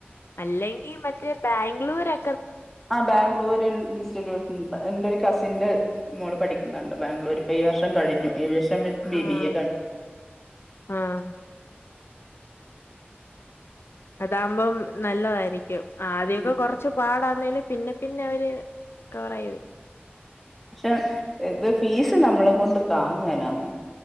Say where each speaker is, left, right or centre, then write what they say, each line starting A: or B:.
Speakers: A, on the left; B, in the centre.
A: അല്ലെങ്കി മറ്റേ ബാംഗ്ലൂരൊ
B: ആഹ് ബാംഗ്ലൂര് ഇൻസ്റ്റിറ്റ്യൂട്ട്ണ്ട് എൻ്റൊരു കസിന്റെ മോള് പഠിക്ക്ന്ന്ണ്ട് ബാംഗ്ലൂര് ഇപ്പൊ ഈ വർഷം കഴിഞ്ഞു ഏവിയേഷ് <unintelligible> ത്ത് ബി
A: ആഹ്
B: ബി എ ക <unintelligible>
A: ആഹ് അതാവുമ്പം നല്ലതായിരിക്കും ആദ്യൊക്കെ
B: ഉം
A: കൊർച്ച് പാടാന്നേലും പിന്നെ പിന്നെ അവര് കവറായത്
B: ക്ഷെ ഇത് ഫീസ് നമ്മളെ കൊണ്ട് താങ്ങേലാന്നെ